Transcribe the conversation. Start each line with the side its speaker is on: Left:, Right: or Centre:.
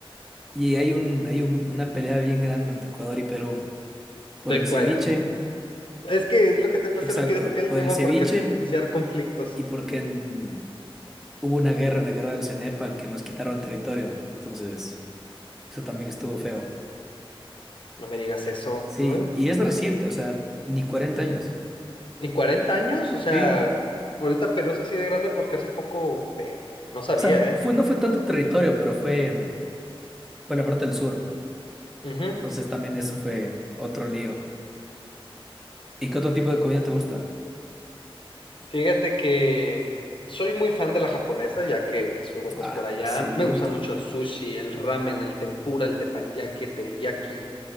Centre: Y hay un, hay un- una pelea bien grande entre Ecuador y Perú. Por
Left: De
Centre: el ceviche,
Left: cuaya. Es que es lo que te pensé,
Centre: exacto,
Left: no quería tocar
Centre: por
Left: el tema
Centre: el ceviche
Left: porque es iniciar conflictos.
Centre: y porque en- hubo una guerra, la guerra del Cenepa, que nos quitaron territorio. Entonces, eso también estuvo feo.
Left: No me digas eso.
Centre: Sí,
Left: Pero Bueno,
Centre: y es reciente, o sea, ni 40 años.
Left: ¿Y 40 años? O sea,
Centre: Sí.
Left: ahorita Perú es así de grande porque hace poco eh, no sabía,
Centre: O sea,
Left: ¿eh?
Centre: fue, no fue tanto territorio, pero fue, mm, fue la parte del sur.
Left: Ujú.
Centre: Entonces también eso fue otro lío. ¿Y qué otro tipo de comida te gusta?
Left: Fíjate que soy muy fan de la japonesa, ya que estuvo pues
Centre: Ah,
Left: por allá.
Centre: excelente.
Left: Me gusta mucho el sushi, el ramen, el tempura, el teppanyaki, el teriyaki,